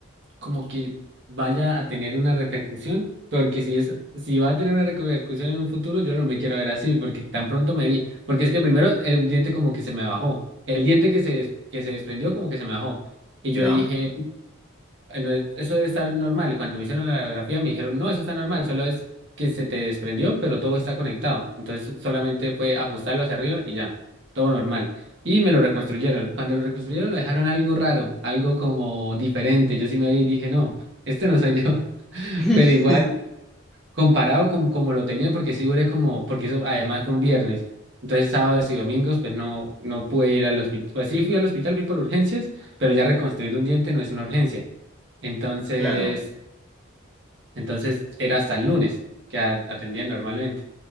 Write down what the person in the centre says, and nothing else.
¿Ya?
<laughs>
Claro.